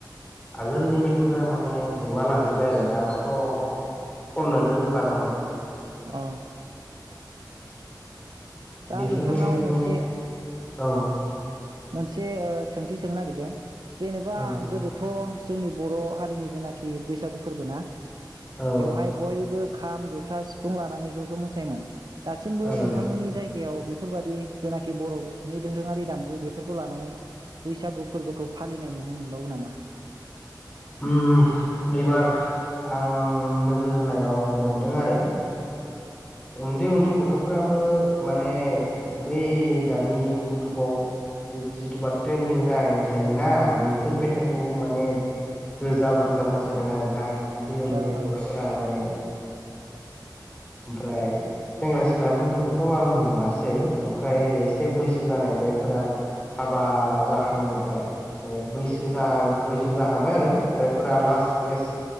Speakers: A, on the left; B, on the right.
A: आगोलनि मेथाइफोरा माने गोमालांजोबबाय आरो दानाथ खननोनो रोंला माने
B: अ दा
A: बेफोर
B: नोंथांनाव
A: मेथाइफोरखौ
B: मोनसे
A: औ
B: मोनसे ओ सोंथि सोंनो नागिरदों जेनेबा
A: औ
B: गोदोथ जोंनि बर हारिनि जेनाखि बैसागु फोरबो ना
A: औ
B: बेवहाय बयबो खाम, जथा, सिफुं लानानै ज' ज' मोसायोमोन। दासिमबो
A: ओं
B: नोंथांमोननि जाय गायाव बेफोरबादि जेनाखि बर'नि दोरोङारि दामजु बे फोरखौ लानानै बैसागु फोरबोखौ फालिनाय नुनो मोनबावो नामा
A: ओम एबार आं नोजोर होनायाव मोनदों आरो उन्दै उन्दै गथ'फ्राबो माने बै दानि इउटुबाव जि जिथुबा ट्रेन्दिं जानानै थायोना बैफोर मेथाइखौ माने रोजाब रोजाब मोसादों आरो ना उन्दै उन्दै
B: औ औ
A: गथ'फोरा माने ओमफ्राय सेंग्रा सिख्लाफोरनिखौथ आं नुवासै ओमफ्राय एसे बैसो जानाय जायफोरा हाबा जाखांजोब्बाय माने बैसो जाहां बैसो जाहांबाय आरो जायफोरा लास्ट एस